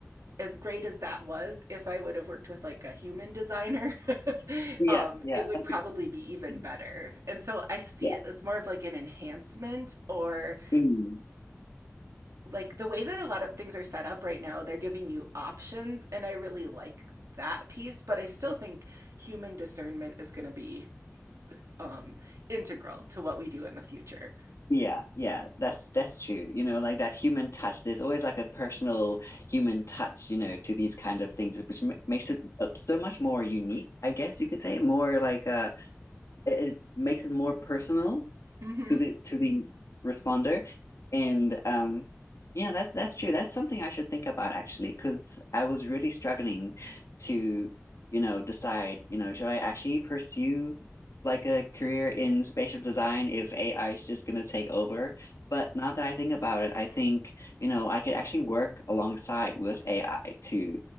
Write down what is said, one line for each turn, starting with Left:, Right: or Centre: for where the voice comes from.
Right: as great as that was, if I would have worked with like a human designer, <laughs>
Left: yeah,
Right: um,
Left: yeah.
Right: it would probably be even
Left: <laughs>
Right: better. And so I see
Left: Yeah.
Right: it as more of like an enhancement or
Left: Mm.
Right: like the way that a lot of things are set up right now, they're giving you options. And I really like that piece, but I still think human discernment is going to be um, integral to what we do in the future.
Left: Yeah, yeah, that's that's true. You know, like that human touch. There's always like a personal human touch, you know, to these kinds of things, which ma makes it uh, so much more unique, I guess you could say. More like uh, it, it makes it more personal.
Right: Mm-hmm.
Left: to the to the responder. And um, yeah, that's that's true. That's something I should think about actually, because I was really struggling to, you know, decide, you know, should I actually pursue like a career in spatial design if AI is just gonna take over? But now that I think about it, I think, you know, I could actually work alongside with AI to,